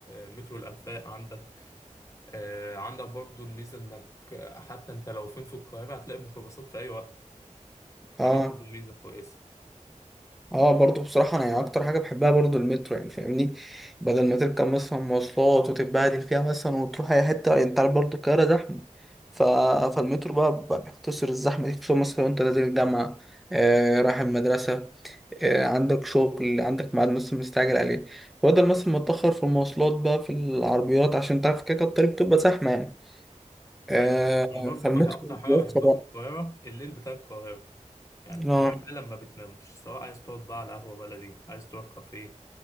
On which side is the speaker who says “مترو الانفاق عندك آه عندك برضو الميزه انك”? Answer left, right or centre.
Left